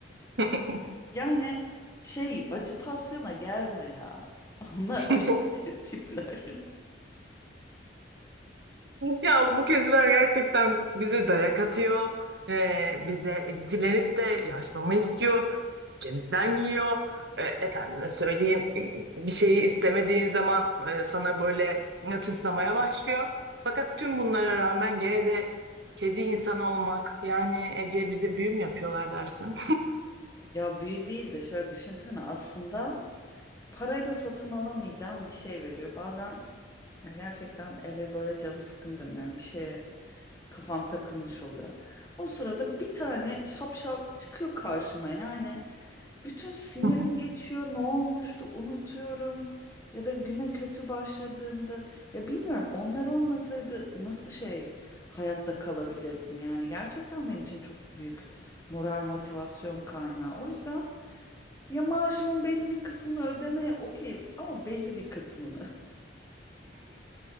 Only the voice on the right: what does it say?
<laughs>
<laughs>
Ya bu kediler gerçekten bize dayak atıyor. Ee, bize dilenip de yaşmamı istiyor. Cemizden yiyor. Ee, efendime söyleyeyim bir şeyi istemediğin zaman e, sana böyle tıslamaya başlıyor. Fakat tüm bunlara rağmen gene de kedi insanı olmak yani Ece bize büyü mü yapıyorlar dersin.
<laughs>